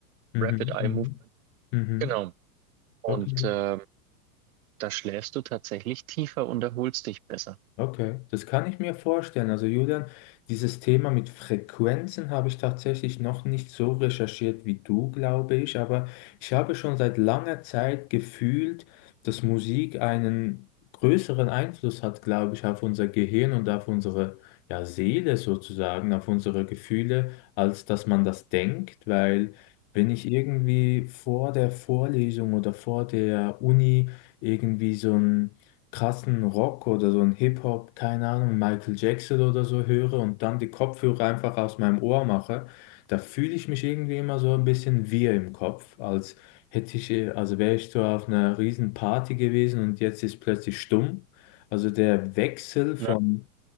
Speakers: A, on the left; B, on the right.
A: Mhm,
B: Rapid Eye
A: mhm,
B: Movement.
A: mhm.
B: Genau. Und
A: Okay.
B: ähm, da schläfst du tatsächlich tiefer und erholst dich besser.
A: Okay, das kann ich mir vorstellen. Also Julian, dieses Thema mit Frequenzen habe ich tatsächlich noch nicht so recherchiert wie du, glaube ich, aber ich habe schon seit langer Zeit gefühlt, dass Musik einen größeren Einfluss hat, glaube ich, auf unser Gehirn und auf unsere, ja, Seele sozusagen, auf unsere Gefühle, als dass man das denkt, weil wenn ich irgendwie vor der Vorlesung oder vor der Uni irgendwie so ein krassen Rock oder so ein Hip-Hop, keine Ahnung, Michael Jackson oder so höre und dann die Kopfhörer einfach aus meinem Ohr mache, da fühle ich mich irgendwie immer so ein bisschen wirr im Kopf, als hätte ich, äh, also wäre ich so auf einer riesen Party gewesen und jetzt ist plötzlich stumm. Also der Wechsel von
B: Na,